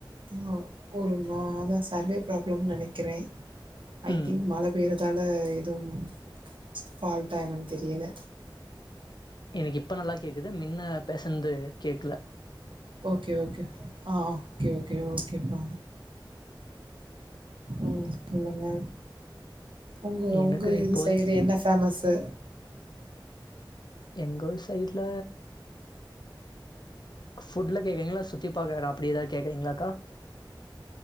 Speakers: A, on the right (about 80°); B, on the left (about 55°).
A: ஆ ஒரு மாரிதா சர்வே ப்ராப்ளம் நெனக்குறே ஐ
B: ம்.
A: திங்க் மழ பெய்ரதால எதுவு ஃபால்டா என்னன்னு தெரியல
B: எனக்கு இப்ப நல்லா கேக்குது மின்ன பேசுனது கேக்கல
A: ஓகே ஓகே ஆ ஓகே ஓகே ஓகேப்பா உம் சொல்லுங்க உங்க
B: எனக்கு
A: உங்க
B: இப்போதைக்கு
A: இது சைடு என்ன பேமஸ்சு
B: எங்க ஊர் சைட்ல புட்ல கேக்குறிங்ளா கிப்பாக எல்லா அப்டி ஏதாவது கேக்குறீங்களாக்கா